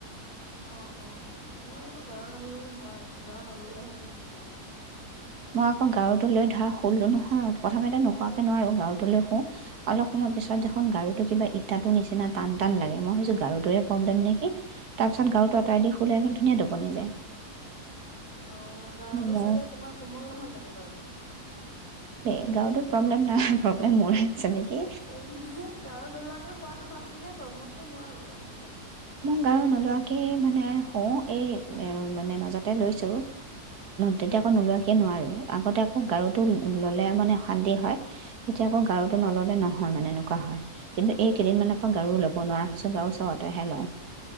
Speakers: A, on the left (about 25°); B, on the right (about 70°).
A: অ, অ-অ মই আকৌ গাৰু নল'লে নোৱাৰো। গাৰু নল'লেহে মোৰ বিষাই মুৰতো।
B: মই আকৌ গাৰুটো লৈ ধৰা শুলোঁ নহয় প্ৰথমতে নোশুৱাকৈ নোৱাৰো গাৰুটো লৈ শোওঁ অলপ সময় পিছত দেখোন গাৰুটো কিবা ইটাটোৰ নিচিনা টান টান লাগে মই ভাবিছোঁ গা গাৰু টোৱে প্ৰবলেম নেকি, তাৰপিছত গাৰুটো অতৰাই দি শুলে একে ধুনীয়া টো বনি যায়।
A: অ গাৰটো
B: মোৰ
A: চাগে তোমাৰ কোমল নহয় জানো, গাৰটো
B: গাৰূটোত প্ৰব্লেম নাই, প্ৰব্লেম মোৰে। আছে নেকি
A: এনেহে গাৰু নোলোৱাকে খোৱাাতটো ভাল বুলিয়ে ক মই কিন্তু নোৱাৰো গাৰু নোলোৱাকৈ।
B: মোৰ গাৰু নোলোৱাকে। মানে হ এই মানে মাজতে লৈছো তেতিয়া আকৌ নোলোৱাকে নোৱাৰো আগতে আকৌ গাৰুটো ললে মানে অশান্তি হয়। এতিয়া আকৌ গাৰুতটো নললে নহয় মানে এনেকুৱা হয় কিন্তু এই কেইদিনমানৰ পৰা
A: অ
B: গাৰু লব নোৱাৰা হৈছো, গাৰু চতে হেল্ল' <unintelligible>